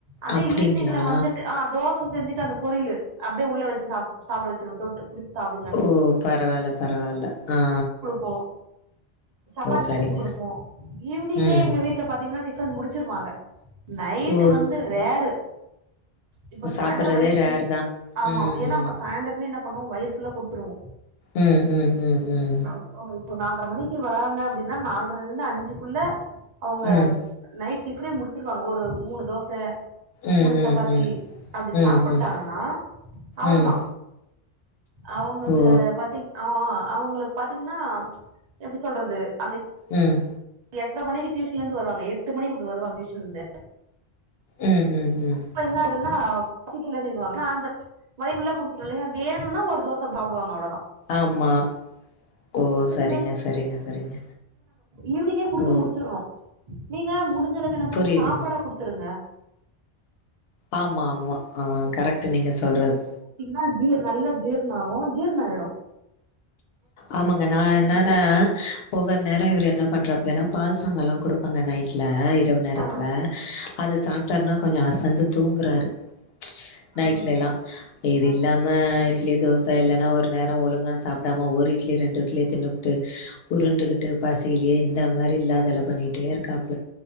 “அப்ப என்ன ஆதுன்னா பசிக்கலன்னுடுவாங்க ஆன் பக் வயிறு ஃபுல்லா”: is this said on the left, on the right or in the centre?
Right